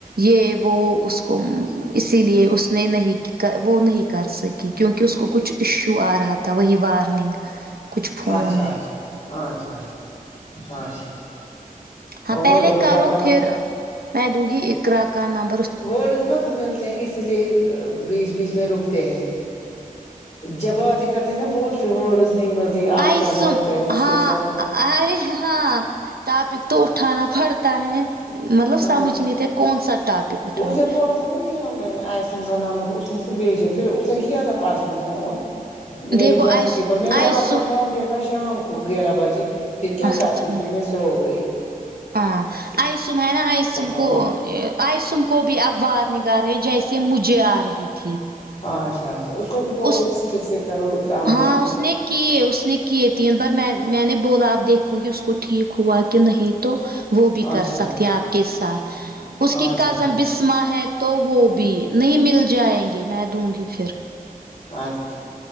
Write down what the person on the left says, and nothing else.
اچھا
اچھا اچھا آچھا اچھا
اور
اور
بتاؤ
وڈز مت ملتے ہیں اس لیے بیچ بیچ میں رک تے ہیں جب آتے کرتے ہیں نا بہت پھر وڈز نہیں ملتی آپ
کیا
بات کریں اس
کے ساتھ
ہاں
اس نے بولا نا نا عائشہ کا نمبر اس نے پھر بھیجا پھر اس نے کیا تھا پرسوں فون میرے
بچوں
کے پاس میں نے
آپ کا فون دیکھا شام کو گیارہ بجے پھر کیا
کرتی
پھر میں سو گئی
اس کا فون
ہاں اچھا اچھا اس کو بھی بولو
پھر سے کرو ڈاؤن
لوڈ
اچھا
اچھا
اچھا
ہاں ٹھیک ہے